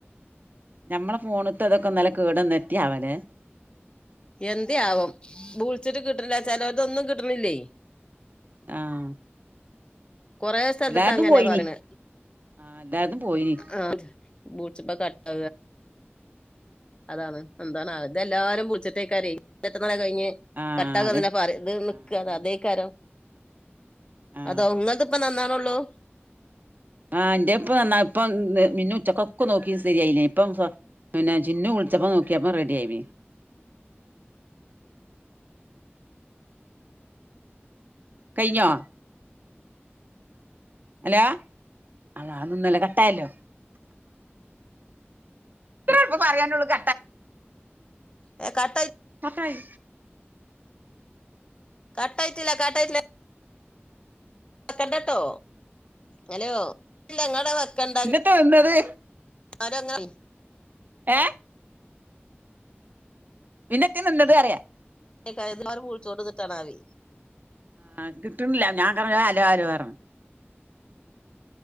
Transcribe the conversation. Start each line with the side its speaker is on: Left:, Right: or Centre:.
Right: ഞമ്മളെ ഫോണ്ത്തതൊക്കെ ഇന്നലെ കേടന്ന്, എത്തെയാവലേ.
Left: എന്തേ ആവം, ബ്ൾച്ച്ട്ട് കിട്ട്ണില്ല. ചെലോൽതൊന്നും കിട്ടണില്ലേ.
Right: ആഹ്
Left: കൊറേ സ്ഥലത്ത്
Right: എല്ലാര്തും
Left: അങ്ങനെ
Right: പോയിനി.
Left: പറയണെ
Right: ആഹ്, എല്ലാര്തും പോയിനി.
Left: ആഹ്, ബ്ൾച്ചുമ്പം കട്ടാക അതാണ്, എന്താണ് ആവ. ഇത് എല്ലാരും ബിൾച്ച്ട്ടെയ്ക്കാരെയ് പെട്ടെന്ന് ബേം കഴിഞ്ഞ കഴിഞ്ഞ്! !!!!!!
Right: ആഹ്
Left: !!! കട്ടാകന്നന്നെപറ ഇത്
Right: അതന്നെ
Left: നിക്ക തഅതേയ്ക്കാരം.
Right: ആഹ്
Left: അതോങ്ങൻത പ്പ നന്നാക്ണൊള്ളു
Right: ആഹ്, ഇന്റെയ്പ്പ നന്നാ ഇപ്പം മിന്നു ഉച്ചക്കൊക്കെ നോക്കി. ശരിയായില്ലേനി. ഇപ്പം പിന്നെ ചിന്നു വുൾച്ചപ്പോ നോക്കിയേപ്പം റെഡി ആയി പി കൈഞ്ഞോ? ഹലോ! അള്ളാ നിന്നല്ലോ കട്ടായല്ലോ <unintelligible> പ്പം പറാനൊള്ളുക
Left: ഏ കട്ടായി
Right: കട്ടായി
Left: കട്ടായിട്ടില്ല കട്ടായിട്ടില്ല ക്കണ്ടട്ടോ, ഹലോ ഇല്ല ഇങ്ങളവ്‌ട വക്കണ്ട.
Right: പ്പ വന്നത്.
Left: അതങ്ങ
Right: ഏഹ് പിന്നത്തേ നിന്നത്അറിയ
Left: <unintelligible> ന്നറിയും
Right: ആ കിട്ടുന്നില്ല ഞാൻ കുറേ അലോ ആലോ പറഞ്ഞു